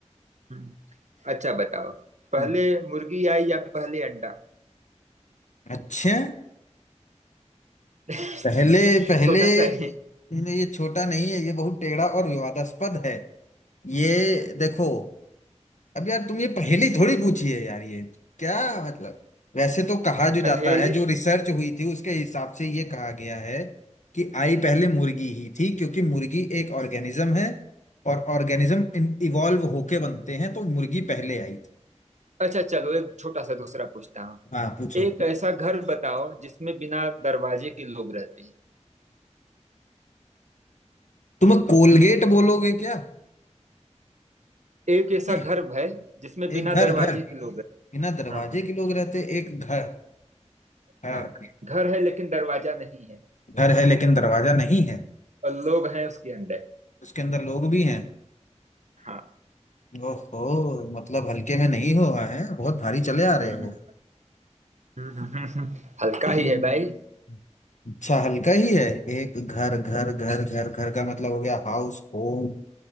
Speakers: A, on the right; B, on the left.
A: हम्म, अच्छा बताओ पहले
B: हम्म।
A: मुर्गी आई या पहले अंडा
B: अच्छा
A: <laughs>
B: पहले पहले
A: छोटा सा है
B: ये छोटा नहीं है ये बहुत टेढ़ा और विवादास्पद है ये देखो अब यार तुम ये पहेली थोड़ी पूछी है यार ये क्या मतलब वैसे तो कहा जो जाता
A: पहले
B: है जो रिसर्च हुई थी उसके हिसाब से ये कहा गया है कि आई पहले मुर्गी ही थी क्योंकि मुर्गी एक ऑर्गेनिज्म है और ऑर्गेनिज्म इवॉल्व होके बनते हैं तो मुर्गी पहले आई थी
A: अच्छा चलो एक छोटा सा दूसरा पूछता हूँ
B: हाँ पूछो
A: एक ऐसा घर बताओ जिसमें बिना दरवाजे के लोग रहते हैं
B: तुम कोलगेट बोलोगे क्या
A: एक ऐसा
B: नहीं
A: घर है जिसमें बिना
B: एक घर
A: दरवाजे
B: घर
A: के लोग रहते
B: बिना दरवाजे
A: हैं हाँ हाँ
B: के लोग रहते एक घर घर
A: हाँ घर है लेकिन दरवाजा नहीं है
B: घर है लेकिन दरवाजा नहीं है
A: और लोग हैं उसके अंदर
B: उसके अंदर लोग भी हैं
A: हाँ
B: ओहो मतलब हल्के में नहीं हुआ है बहुत भारी चले आ रहे
A: हम्म,
B: हो
A: हम्म, हम्म, हम्म। हल्का ही
B: हम्म।
A: है भाई
B: अच्छा हल्का ही है एक घर घर घर घर घर का मतलब हो गया हाउस होम